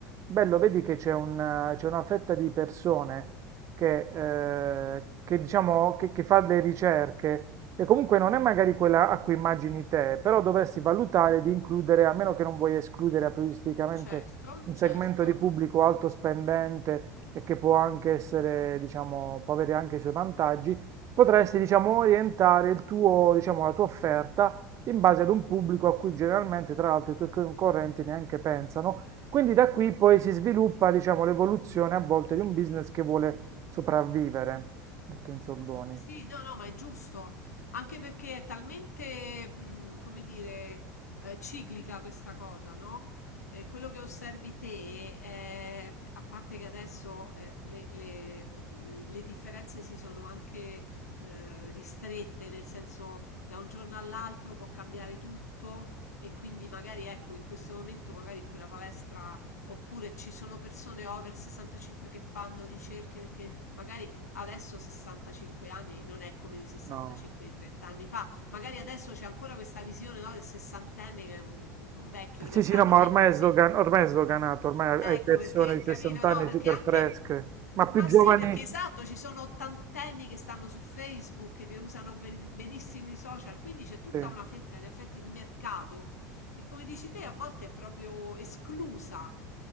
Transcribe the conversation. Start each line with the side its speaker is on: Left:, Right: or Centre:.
Right: bello, vedi che c'è un, eh, c'è una fetta di persone che, eh, che, diciamo, che, che fa le ricerche e comunque non è magari quella a cui immagini te, però dovresti valutare di includere, a meno che non vuoi escludere aprioristicamente
Left: certo,
Right: un
Left: certo.
Right: segmento di pubblico alto spendente e che può anche essere, diciamo, può avere anche i suoi vantaggi Potresti, diciamo, orientare il tuo, diciamo, la tua offerta in base ad un pubblico a cui generalmente, tra l'altro, i tuoi concorrenti neanche pensano. Quindi da qui poi si sviluppa, diciamo, l'evoluzione a volte di un business che vuole sopravvivere, detto in soldoni.
Left: Sì, no, no, ma è giusto, anche perché è talmente, mh, come dire, eh, ciclica questa cosa, no? Eh, quello che osservi te, è- a parte che adesso eh, le, le- le differenze si sono anche eh, ristrette, nel senso da un giorno all'altro può cambiare tutto e quindi magari ecco in questo momento, magari in quella palestra, oppure ci sono persone over 65 che fanno ricerche perché magari Adesso 65 anni non è come 65
Right: No.
Left: di 30 anni fa. Magari adesso c'è ancora questa visione, no, del sessantenne che è un, un vecchio. In realtà
Right: Sì, sì, no,
Left: non
Right: ma ormai
Left: è così.
Right: è sdogan- ormai è sdoganato, ormai
Left: Ecco
Right: hai persone
Left: perché,
Right: di 60
Left: capito? No,
Right: anni
Left: perché
Right: super
Left: anche...
Right: fresche, ma più
Left: Ma
Right: giovani,
Left: sì, perché esatto, ci sono ottantenni che stanno su Facebook, che usano bel- benissimo i social, quindi c'è tutta
Right: sì.
Left: una fetta in effetti di mercato che, come dici te, a volte è proprio esclusa.